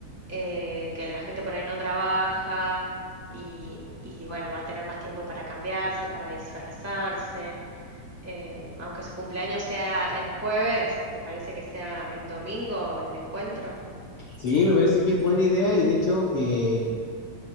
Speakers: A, on the right; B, on the left.
A: eh, que la gente por ahí no trabaja y, y, bueno, va a tener más tiempo para cambiarse, para disfrazarse. Eh, aunque su cumpleaños sea el jueves, ¿te parece que sea el domingo el encuentro?
B: Sí, me parece que es buena idea y de hecho eh,